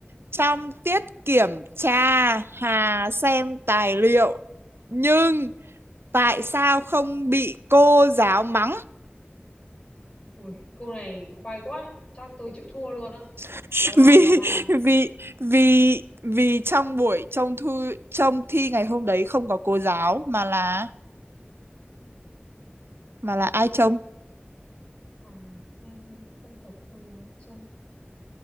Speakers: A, on the right; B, on the left.
A: trong tiết kiểm tra Hà xem tài liệu nhưng tại sao không bị cô giáo mắng
B: Ui, câu này khoai quá. Chắc tôi chịu thua luôn á.
A: <laughs>
B: Đầu hàng,
A: vì
B: đầu hàng.
A: vì vì vì trong buổi trông thư trông thi ngày hôm đấy không có cô giáo mà là mà là ai trông
B: Hà xem nhưng lại không có cô giáo trông.